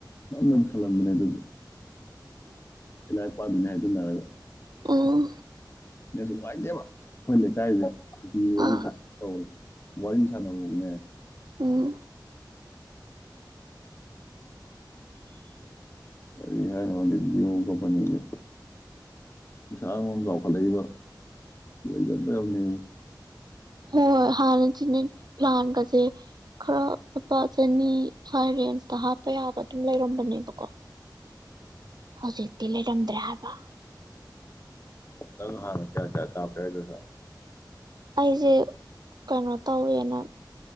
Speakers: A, on the left; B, on the right.
A: ꯅꯝꯅ ꯃꯨꯁꯜꯍꯟꯕꯅꯦ ꯑꯗꯨꯁꯨ ꯏꯂ ꯄꯗꯅ ꯍꯥꯏ ꯆꯟꯅꯔꯒ
B: ꯎꯝ
A: ꯅꯁꯨꯉꯥꯏꯇꯦꯕ ꯑꯩꯈꯣꯏ ꯂꯩꯀꯥꯏꯁꯦ
B: ꯑꯥ
A: ꯇꯧꯔꯦ ꯋꯥꯔꯤ ꯁꯥꯟꯅꯕꯅꯦ
B: ꯎꯝ
A: ꯀꯔꯤ ꯍꯥꯏꯅꯗꯤ ꯚꯑꯣ ꯀꯝꯄꯅꯤꯁꯦ ꯄꯩꯁꯥ ꯑꯃ ꯆꯥꯎꯈꯠꯂꯛꯏꯕ ꯂꯩꯒꯗ꯭ꯔꯕꯅꯦꯕꯨ
B: ꯍꯣꯏ ꯍꯣꯏ ꯍꯥꯟꯅ ꯁꯤꯤꯅꯦ ꯄ꯭ꯂꯥꯟꯒꯁꯦ ꯈꯔ ꯂꯨꯄꯥ ꯆꯅꯤ ꯁ꯭ꯋꯥꯏ ꯔꯦꯟꯖꯇ ꯍꯥꯠꯄ ꯌꯥꯕ ꯑꯗꯨꯝ ꯂꯩꯔꯝ ꯐꯅꯦꯕꯀꯣ ꯍꯧꯖꯤꯛ ꯇꯤ ꯂꯩꯔꯝꯗ꯭ꯔꯦ ꯍꯥꯏꯕ
A: ꯅ ꯍꯥꯟꯅ ꯀꯌꯥ ꯀꯌꯥ ꯀꯥ ꯀꯩꯗ ꯁꯥ
B: ꯑꯩꯁꯦ ꯀꯩꯅꯣ ꯇꯧꯋꯦꯅ